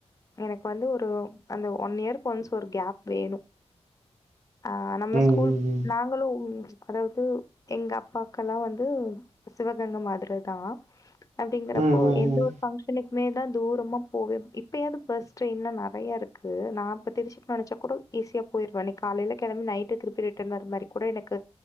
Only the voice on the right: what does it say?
ம்
ம் ம்
ம் ம்
ம்